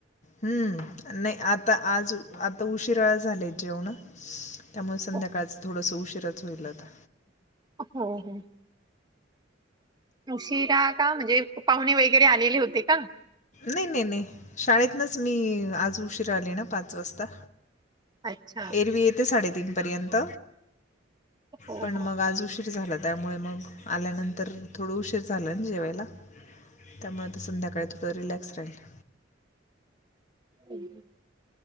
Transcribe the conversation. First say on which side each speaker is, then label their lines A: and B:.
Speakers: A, on the left (about 40°); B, on the right (about 20°).
A: हम्म. नाही आता आज आता उशिराच झालाय जेवणं. त्यामुळे संध्याकाळचं
B: हो
A: थोडंसं उशीरच होईल आता.
B: हम् हम्. उशिरा का म्हणजे पाहुणे वगैरे आलेले होते का?
A: नाही नाही नाही. शाळेतनच मी आज उशीरा आले ना पाच वाजता.
B: अच्छा
A: एरवी येते साडेतीन पर्यंत.
B: हो
A: पण
B: हो
A: मग आज उशीर झाला. त्यामुळे मग आल्यानंतर थोडं उशीर झालं ना जेवायला. त्यामुळे आता संध्याकाळी थोडं रिलॅक्स राहील.
B: हम्.